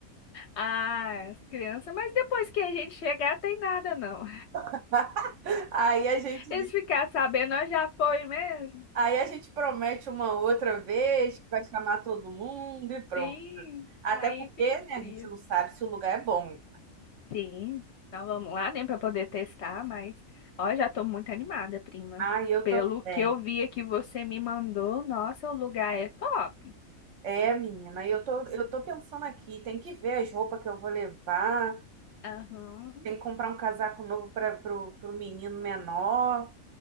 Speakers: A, on the left; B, on the right.
A: Ah, as crianças, mas depois que a gente chegar, tem nada não.
B: <laughs> Aí a gente.
A: Eles ficar sabendo, nós já foi mesmo.
B: Aí a gente promete uma outra vez que vai chamar todo mundo e pronto.
A: Sim,
B: Até
A: aí
B: porque,
A: fica por
B: né, a gente
A: isso.
B: não sabe se o lugar é bom.
A: Sim, então vamos lá, né, para poder testar, mas ó, já tô muito animada, prima.
B: Ah, eu
A: Pelo
B: também.
A: que eu vi que você me mandou, nossa, o lugar é top.
B: É, menina, eu tô, eu tô pensando aqui, tem que ver as roupas que eu vou levar,
A: Aham.
B: tem que comprar um casaco novo para pro, pro menino menor,